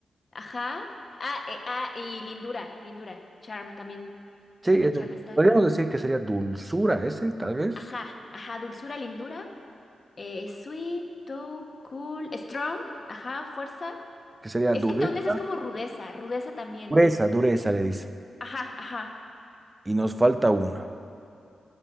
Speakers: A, on the left (about 45°); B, on the right (about 25°).
A: ajá. Ah, eh, ah, y lindura, lindura. Charm también,
B: Sí,
A: también
B: ese-
A: charm está.
B: podríamos decir que sería dulzura ese, tal vez.
A: Ajá, ajá, dulzura, lindura. eh, sweet, tough, cool, strong, ajá, fuerza.
B: Que sería
A: Es
B: dureza.
A: que toughness es como rudeza, rudeza también.
B: Dureza, dureza le dice.
A: Ajá, ajá.
B: Y nos falta una.